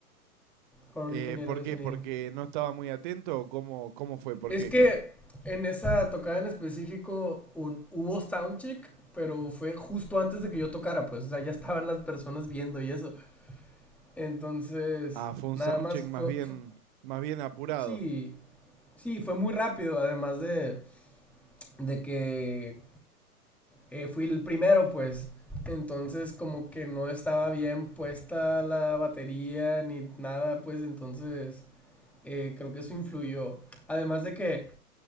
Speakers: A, in the centre; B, on the right.
A: con un
B: Eh,
A: ingeniero
B: ¿por
A: de
B: qué?
A: sonido.
B: ¿Porque no estaba muy atento? ¿O ¿Cómo, cómo fue? ¿Por
A: Es
B: qué?
A: que
B: Con-
A: en esa tocada en específico un, hubo soundcheck, pero fue justo antes de que yo tocara, pues, o sea, ya estaban las personas viendo y eso. Entonces,
B: Ah, fue un
A: nada
B: soundcheck
A: más fue,
B: más bien,
A: fue-
B: más bien apurado.
A: Sí, sí, fue muy rápido, además de, de que eh, fui el primero, pues. Entonces como que no estaba bien puesta la batería ni nada, pues entonces eh, creo que eso influyó. Además de que